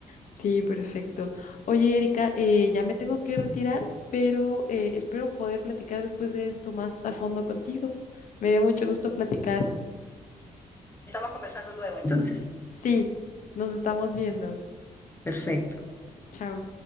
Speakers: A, on the left (about 70°); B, on the left (about 15°).
A: sí, perfecto. Oye, Erika, eh, ya me tengo que retirar, pero eh, espero poder platicar después de esto más a fondo contigo. Me dio mucho gusto platicar.
B: entonces. Entonces,
A: Sí, nos estamos viendo.
B: perfecto.
A: Chao.